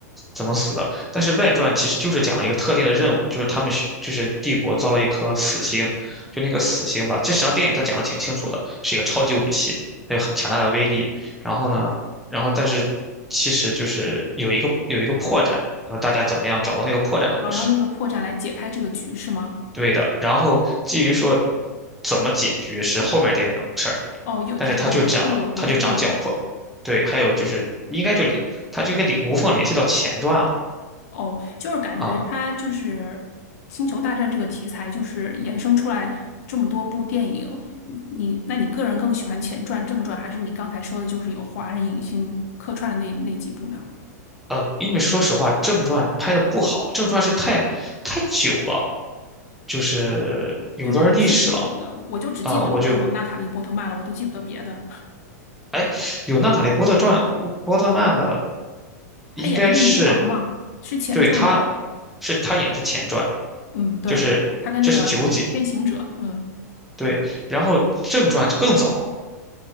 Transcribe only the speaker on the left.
老唐那个破绽来解开这个局是吗？
哦，又他又又有别的电影
哦，就是感觉他就是《星球大战》这个题材，
就是衍生出来这么多部电影。你那你个人更喜欢前传、正传，还是你刚才说的就是有华人影星客串的那那几部呢？
对对对，是挺久的，我就只记得里头有娜塔莉波特曼了，
我都记不得别的。
她演那个女王嘛，是前传吧？
嗯，对，
她跟那个天行者，嗯。